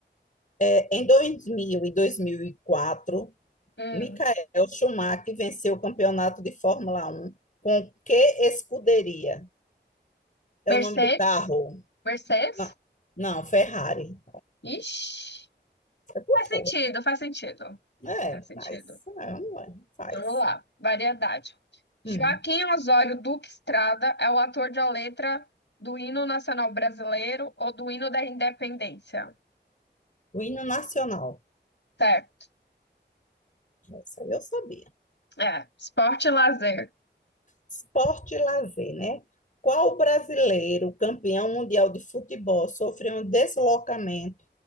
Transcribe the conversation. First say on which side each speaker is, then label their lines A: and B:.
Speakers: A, on the left; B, on the left.
A: É, Em 2000 e 2004,
B: Hum.
A: Michael Schumacher venceu o campeonato de Fórmula 1 com que escuderia? É
B: Mercedes?
A: o nome do carro?
B: Mercedes?
A: Não, não, Ferrari.
B: Ixi,
A: É, por
B: faz sentido,
A: favor.
B: faz sentido.
A: É,
B: Faz sentido.
A: faz. É, não é, faz.
B: Então, Vamos lá, variedade. Joaquim
A: Hum.
B: Osório Duque Estrada é o ator da letra do hino nacional brasileiro ou do hino da independência.
A: O hino nacional.
B: Certo.
A: Isso aí eu sabia.
B: É, esporte e lazer.
A: Esporte e lazer, né? Qual brasileiro, campeão mundial de futebol, sofreu um deslocamento